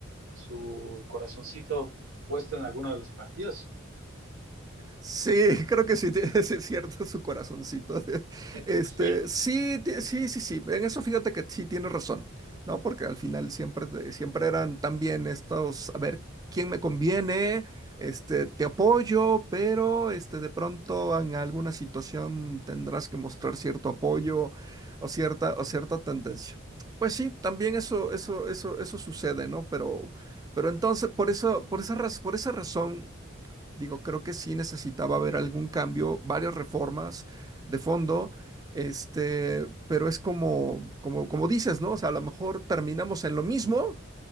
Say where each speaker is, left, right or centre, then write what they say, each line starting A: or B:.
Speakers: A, on the right; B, on the right.
A: su corazoncito puesto en alguno de los partidos.
B: Sí, creo que sí, tiene- <laughs> sí es cierto su corazoncito. de-
A: <laughs> Entonces,
B: Este, sí, ti- sí, sí, sí. En eso fíjate que sí tiene razón, ¿no? Porque al final siempre, te- siempre eran también estos, a ver, ¿quién me conviene? Este, te apoyo, pero este, de pronto en alguna situación tendrás que mostrar cierto apoyo o cierta, o cierta tendencia. Pues sí, también eso, eso, eso, eso sucede, ¿no? Pero, pero entonces, por eso, por esa, raz- por esa razón. Digo, creo que sí necesitaba haber algún cambio, varias reformas de fondo, este, pero es como, como, como dices, ¿no? O sea, a lo mejor terminamos en lo mismo,